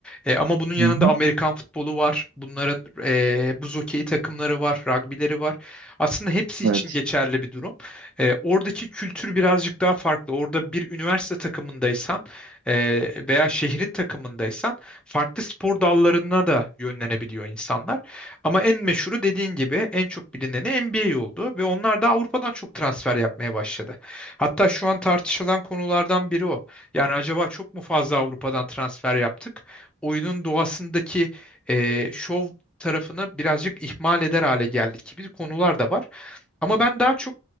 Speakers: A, in the centre; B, on the right (about 60°).
A: Ee, ama bunun yanında
B: Hı hı.
A: Amerikan futbolu var. Bunların ee, buz hokeyi takımları var, ragbileri var. Aslında hepsi için
B: Evet.
A: geçerli bir durum. Ee, oradaki kültür birazcık daha farklı. Orada bir üniversite takımındaysan ee, veya şehrin takımındaysan farklı spor dallarına da yönlenebiliyor insanlar. Ama en meşhuru dediğin gibi en çok bilineni NBA oldu ve onlar da Avrupa'dan çok transfer yapmaya başladı. Hatta şu an tartışılan konulardan biri o. Yani acaba çok mu fazla Avrupa'dan transfer yaptık? Oyunun doğasındaki e, şov tarafını birazcık ihmal eder hale geldik gibi konular da var. Ama ben daha çok